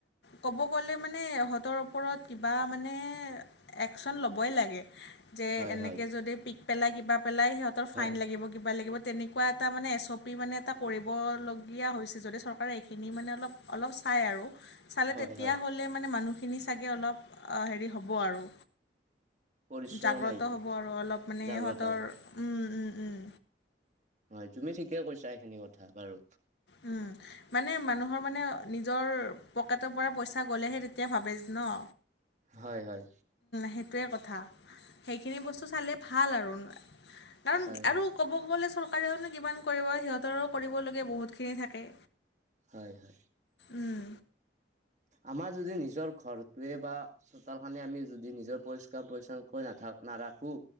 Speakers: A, on the left; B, on the right.
A: ক'ব গ'লে, মানে ইহঁতৰ ওপৰত কিবা মানে, একচন ল'বই লাগে। যে
B: হয়
A: এনেকৈ
B: হয়
A: যদি পিক পেলাই কিবা পেলাই, সিহঁতৰ ফাইন
B: হয়
A: লাগিব, কিবা লাগিব। তেনেকুৱা এটা মানে এছ অ' পি মানে এটা কৰিবলগীয়া হৈছে। যদি চৰকাৰে, মানে অলপ, অলপ চাই আৰু, চালে
B: হয়
A: তেতিয়াহ'লে
B: হয়
A: মানে মানুহ খিনি চাগৈ অলপ হেৰি হ'ব আৰু
B: পৰিশ্ৰম
A: জাগ্ৰত
B: আহিব
A: হ'ব আৰু অলপ মানে
B: জাগ্ৰত
A: ইহঁতৰ
B: হ'ব
A: উম, উম উম
B: হয়, তুমি ঠিকে কৈছা, এইখিনি কথা বাৰু।
A: উম, মানে, মানুহৰ মানে, নিজৰ পকেটৰ পৰা পইচা গ'লেহে তেতিয়া ভাবে ন?
B: হয়, হয়।
A: সেইটোৱে কথা, সেইখিনি বস্তু চালে ভাল আৰু। কাৰণ,
B: হয় হয়
A: আৰু ক'ব গ'লে, চৰকাৰেওনো কিমান কৰিব, সিহঁতৰো কৰিবলগীয়া বহুতখিনি থাকে।
B: হয়, হয়।
A: উম,
B: আমাৰ যদি নিজৰ ঘৰটোৱে বা চোতালখনে আমি যদি নিজৰ পৰিষ্কাৰ পৰিচ্ছন্নকৈ নাথ, নাৰাখোঁ